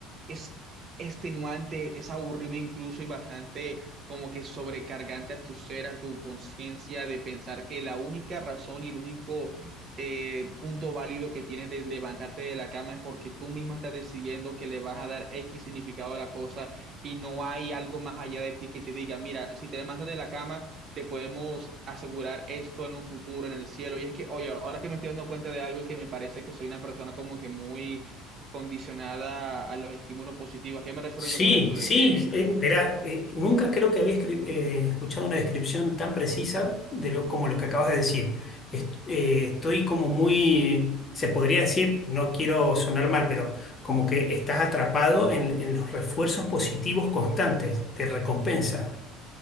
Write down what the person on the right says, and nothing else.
es extenuante, es aburrido incluso y bastante como que sobrecargante a tu ser, a tu conciencia, de pensar que la única razón y el único eh, punto válido que tienes de levantarte de la cama es porque tú mismo estás decidiendo que le vas a dar X significado a la cosa y no hay algo más allá de ti que te diga, mira, si te levantas de la cama, te podemos asegurar esto en un futuro, en el cielo. Y es que, oye, ahora que me estoy dando cuenta de algo es que me parece que soy una persona como que muy condicionada a los estímulos positivos. ¿A qué me refiero
yo con esto?
De que...